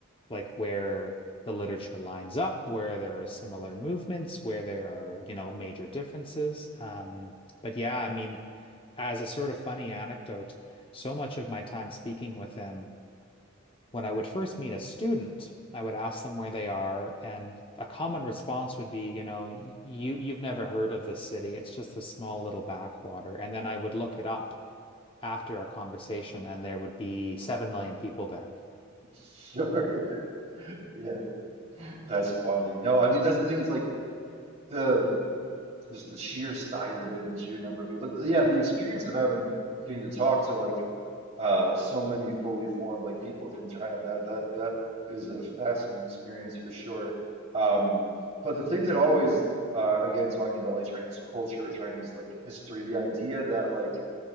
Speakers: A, on the left; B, on the right.
A: like where the literature lines up, where there are similar movements, where there are, you know, major differences. Um, but yeah, I mean, as a sort of funny anecdote, so much of my time speaking with them, when I would first meet a student, I would ask them where they are, and a common response would be, you know, you you've never heard of this city. It's just a small little backwater. And then I would look it up after our conversation, and there would be seven million people there.
B: Sure. Yeah. That's funny. No, I mean that's the thing. It's like the just the sheer size of it and the sheer number of people. But yeah, the experience of having getting to talk to like uh so many fully formed like people from China, that that that is a fascinating experience for sure. Um, but the thing that always uh again talking about like Chinese culture or Chinese like history, the idea that like